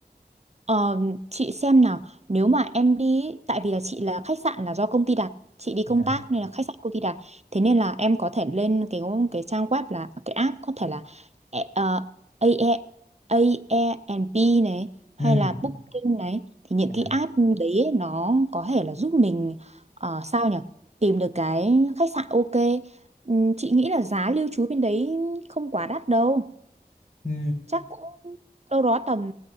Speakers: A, on the right (about 40°); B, on the left (about 60°).
A: Ờ, chị xem nào nếu mà em đi ý, tại vì là chị là khách sạn là do công ty đặt chị đi
B: Dạ.
A: công tác nên là khách sạn công ty đặt thế nên là em có thể lên cái cái trang web là cái app có thể là e- ờ, AE Airbnb này hay
B: Ừ.
A: là Booking này thì những
B: Dạ.
A: cái app đấy ý, nó có thể là giúp mình ờ, sao nhỉ tìm được cái khách sạn ok Ừm, chị nghĩ là giá lưu trú bên đấy không quá đắt đâu
B: Ừ.
A: chắc cũng đâu đó tầm